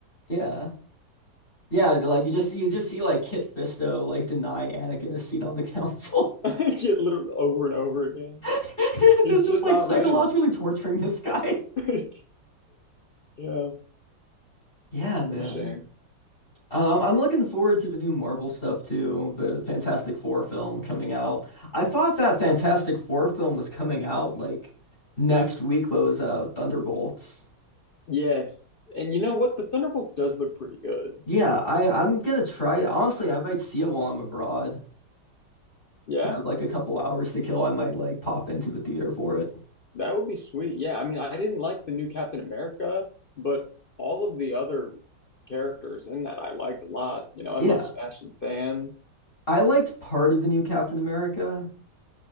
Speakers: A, on the left; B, on the left.
A: yeah. Yeah, like you just you just see like Kit Fisto like deny Anakin a seat on the council. <laughs>
B: <laughs> get literally over and over again.
A: <laughs> It's
B: He's
A: just,
B: just
A: just like
B: not
A: psychologically
B: ready.
A: torturing this guy.
B: <laughs> yeah,
A: Yeah, man.
B: what a shame.
A: I- am I'm looking forward to the new Marvel stuff too, the Fantastic Four film coming out. I thought that Fantastic Four film was coming out like next week, but it was uh Thunderbolts.
B: Yes, and you know what? The Thunderbolts does look pretty good.
A: Yeah, I I'm gonna try. Honestly, I might see it while I'm abroad.
B: Yeah.
A: If I have like a couple hours to kill, I might like pop into the theater for it.
B: That would be sweet. Yeah, I mean, I didn't like the new Captain America, but all of the other characters in that I liked a lot. You know, I
A: Yeah,
B: love Smash and Stan.
A: I liked part of the new Captain America.